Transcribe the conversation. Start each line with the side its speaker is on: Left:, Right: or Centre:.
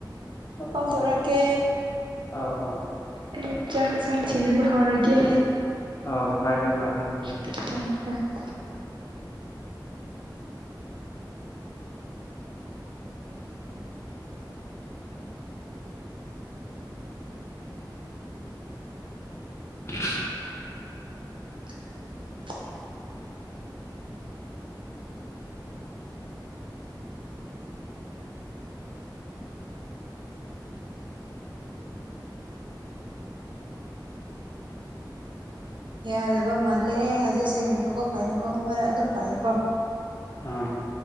Left: ꯑꯥ
Right: ꯀꯣꯜ ꯇꯧꯔꯛꯀꯦ
Left: ꯑꯥ ꯑꯥ ꯑꯥ
Right: ꯑꯩ ꯆꯥꯛ ꯁꯥꯡꯊꯤꯅꯕ ꯍꯧꯔꯒꯦ
Left: ꯑ ꯐꯔꯦ ꯐꯔꯦ ꯎꯝ
Right: <unintelligible>
Left: <inaudible>
Right: <unintelligible> ꯌꯥꯗꯕ ꯃꯥꯜꯂꯦ ꯍꯧꯖꯤꯛꯁꯦ ꯉꯏꯈꯣꯀꯣ ꯄꯥꯏꯔꯣꯀꯣ ꯃꯔꯛ ꯑꯗꯨꯝ ꯄꯥꯏꯔꯣꯀꯣ
Left: ꯑ